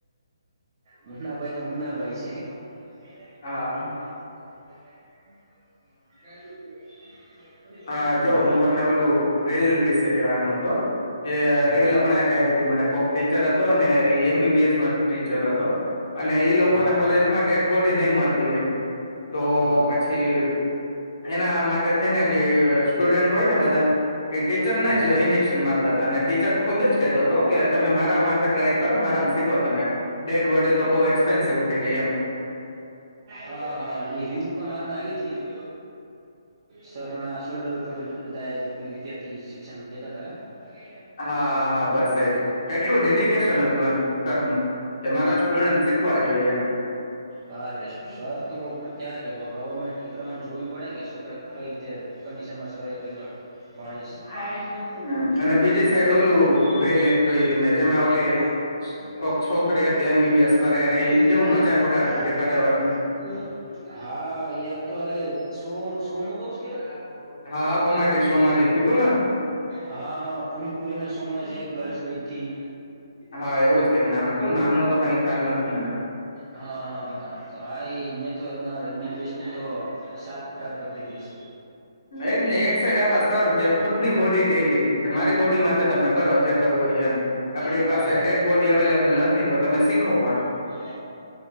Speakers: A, on the right; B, on the left.
A: મુના ભાઈ તો મુના ભાઈ છે <unintelligible>
B: હા
A: <unintelligible>
B: હ જો
A: મુન્નાભાઈ
B: હું તમને ઓલું રીલ વિશે કહેવાનું હતું કે
A: હા
B: રીલ હમણાં હતી મને કોક ટીચર હતોને એમબીબીએસ ન ટીચર હતો અને એ લોકોને
A: હા
B: કોલેજમાં ડેડ બોડી નહી મળતી હોય તો
A: હા
B: પછી એના માટે સુ હોય ને બધા એ ટીચર ને
A: હા
B: જ ઇન્જેક્શન મારતા હતા અને ટીચર ખુદ જ કેતો હતો કે તમે મારા માથે ટ્રાય કરો મારામાં શીખો તમે ડેડ બોડી તો બહુ એક્સપેન્સિવ થઈ જાય એમ
A: હા હા રીલક મારામાં આવી હતી સરાર ના શોલ્ડર પર બધા વિદ્યાર્થી શિક્ષણ દેતા હતા
B: હા હા બસ એજ કેટલું ડેડિકેશન હતું એમ સરનું કે મારા સ્ટુડન્ટ શીખવા જોઈએ એમ
A: હા શર તો બ ત્યારે ગવમેન્ટ <unintelligible>
B: હમ અને બીજી સાઈડ ઓલું રેલ એક જોઈ હતી મેં જેમાં ઓલી કોક છોકરી હતી એમબીબીએસ કરે અને એ કેવું મજાક ઉડાડતી હતી કડાવરનું
A: હા એ તો કાલે સો સોનુંું કવ
B: હા હા કોમેડી શો માં જે થયું તું ને
A: હા હા પુનિત મોરી ના સોમમાંથી એક ગર્લ્સ ગઈથી
B: હા એવું જ કઈક નામ હતું નામ ન તો કઈ ખ્યાલ નથી મને
A: હા હા હા હા એ અ તો એમબીબીએસ ની તો સાપ ખરાબ કરી દીધી છે
B: એક ને એક સાઈડ આવા સર જે ખુદ ની બોડી દઈ દે મારી બોડી મા તમે કરો જે કરવું હોય એમ આપડી
A: હા
B: પાસેે
A: હા
B: બોડી અવેલેબલ નથી તો તમે સી ો
A: <unintelligible>